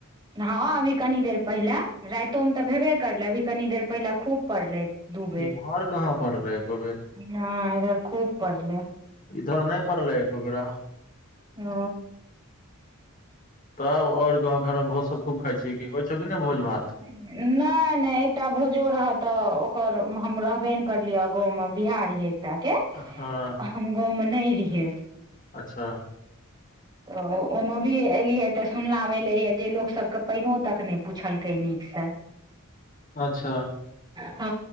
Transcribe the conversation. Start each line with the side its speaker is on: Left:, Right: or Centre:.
Right: हँ अभी कनि देर पहिले रातोमे तऽ भेबे करलै अभी कनि देर पहिले खूब परलै ए दुबेर
Left: इम्हर कहाँ पड़लै एको बेर
Right: न इधर खूब पड़ले
Left: इधर नहि पड़लै एकोबेरा
Right: ह
Left: तब आओर गाँव घरमे भोज सब खूब खाइ छी कि होइ छौ कि ने भोज भात
Right: नहि नहि एकटा भोजो रह तऽ ओकर हम रहबे ने करलियै गाँवमे बिहार ये टा के
Left: हँ
Right: हम गाँवमे नहि रहियै
Left: अच्छा
Right: तऽ ओनो भी एलियै तऽ सुनलामेलैए जे लोकसभकेँ पाइनो इतक नहि पुछलकै नीकसँ
Left: अच्छा
Right: हँ